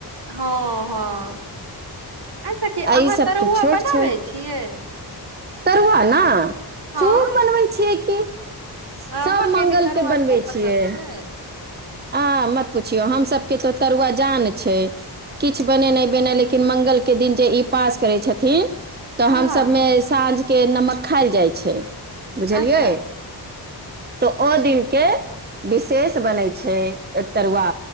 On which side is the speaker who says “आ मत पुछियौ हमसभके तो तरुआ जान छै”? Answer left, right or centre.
Right